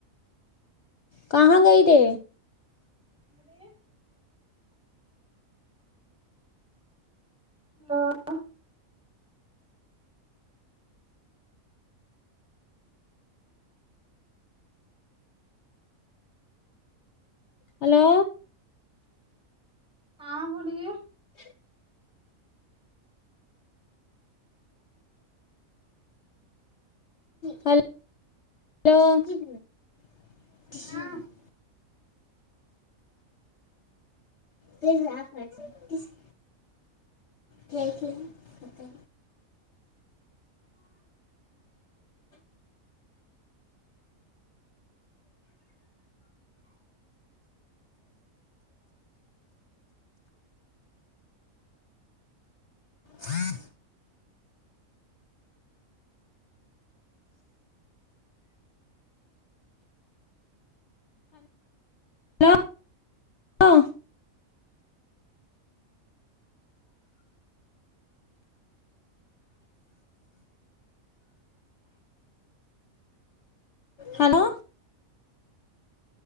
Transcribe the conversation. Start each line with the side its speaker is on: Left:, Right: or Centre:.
Left: کہاں گئی تھے
Centre: ارے ہاں
Left: ہلو
Centre: ہاں بولیے
Left: ہو ہل ہیلو
Centre: ہاں
Left: دیکھرے آپ <unintelligible> تینھک یو اوکے ہاں ہیلو ہلو